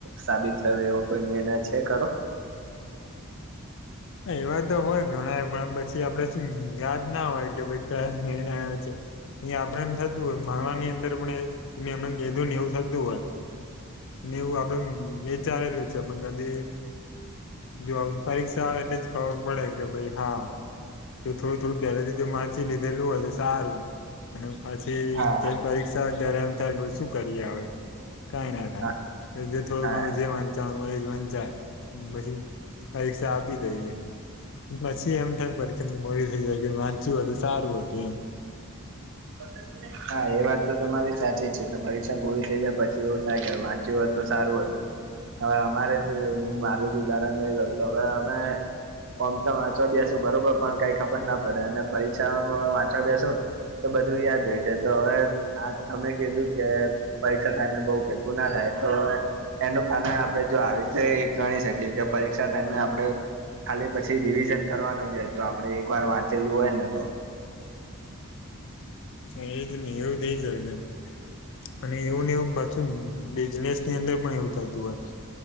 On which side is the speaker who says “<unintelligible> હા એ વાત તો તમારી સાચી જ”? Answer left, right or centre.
Right